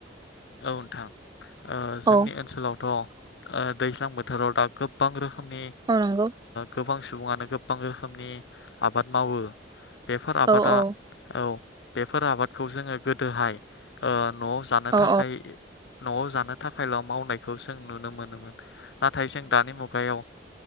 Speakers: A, on the left; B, on the right.
A: औ नोंथां। जोंनि
B: औ
A: ओनसोलावथ। दैज्लां बोथोराव दा गोबां रोखोमनि।
B: औ नंगौ
A: गोबां। सुबुङानो गोबां रोखोमनि आबाद मावो। बेफोर आबादा
B: औ औ
A: औ। बेफोर आबादखौ जोंङो गोदोहाय नआव। थाखाय।
B: औ
A: नआव जानो थाखायल मावनायखौ जों नुनो मोनोमोन नाथाय जों दानि मुगायाव।